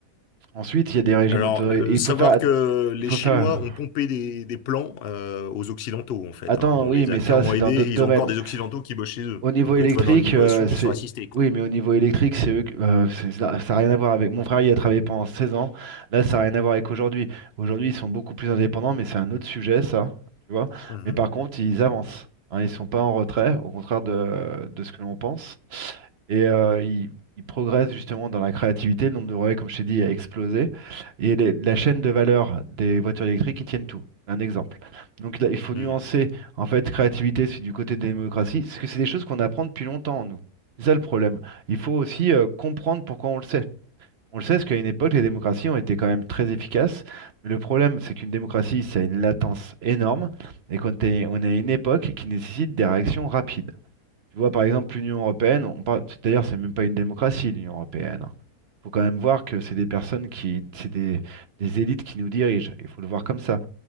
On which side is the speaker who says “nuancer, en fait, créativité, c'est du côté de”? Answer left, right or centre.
Right